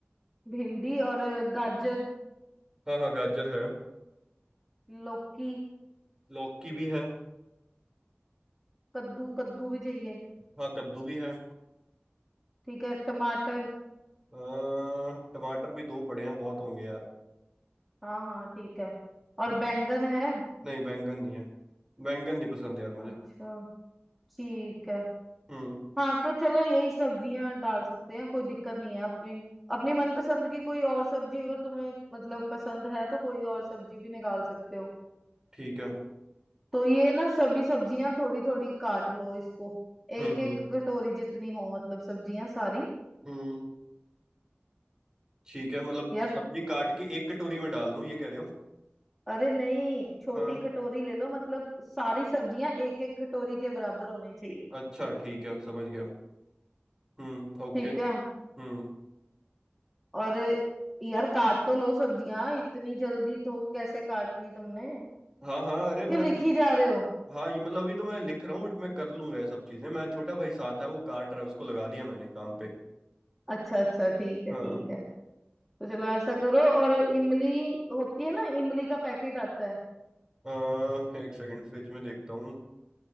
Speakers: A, in the centre; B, on the right.
A: भिंडी और गाजर
B: हाँ हाँ गाजर है
A: लौकी
B: लौकी भी है
A: कद्दू कद्दू भी चाहिए
B: हाँ कद्दू भी है
A: ठीक है टमाटर
B: अह, टमाटर भी दो पड़े हैं बहुत होंगे यार
A: हाँ हाँ ठीक है और
B: हम्म,
A: बैंगन है
B: नहीं बैंगन नहीं है बैंगन नहीं पसंद यार मुझे
A: अच्छा ठीक है
B: हम्म
A: हाँ तो चलो यही सब्जियां डाल सकते हैं कोई दिक्कत नहीं है अपने अपनी मनपसंद की कोई और सब्जी अगर तुम्हें मतलब पसंद है तो कोई और सब्जी भी निकाल सकते हो
B: ठीक है
A: तो ये ना सभी सब्जियां थोड़ी थोड़ी काट लो इसको
B: हम्म
A: एक एक
B: हम्म
A: कटोरी जितनी हो मतलब सब्जियां सारी
B: हम्म ठीक है मतलब
A: यार
B: सब्जी काट के एक कटोरी में डाल दूं ये कह रहे हो
A: अरे नहीं छोटी
B: हाँ
A: कटोरी ले लो मतलब सारी सब्जियां एक एक कटोरी के बराबर होनी चाहिए
B: अच्छा ठीक है समझ गया हम्म ओके
A: ठीक है
B: हम्म
A: और यार काट तो लो सब्जियां इतनी जल्दी तो कैसे काट ली तुमने
B: हाँ हाँ अरे मेरा
A: क्या लिखी जा रहे हो
B: हाँ ये मतलब अभी तो मैं लिख रहा हूँ बट मैं कर लूंगा ये सब चीजें मैं छोटा भाई साथ है वो काट रहा है उसको लगा दिया मैंने काम पे
A: अच्छा अच्छा ठीक है
B: हाँ
A: ठीक है तो चलो ऐसा करो और इमली होती है ना इमली का पैकेट आता है
B: अह, एक सेकंड फ्रिज में देखता हूँ